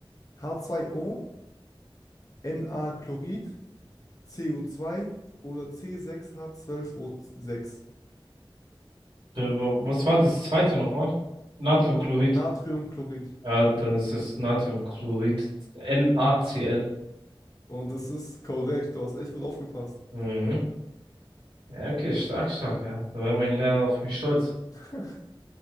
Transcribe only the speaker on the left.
H2O, Na-Chlorid, CO2 oder C6H12O6.
Natriumchlorid.
Und das ist korrekt, du hast echt gut aufgepasst.
<laughs>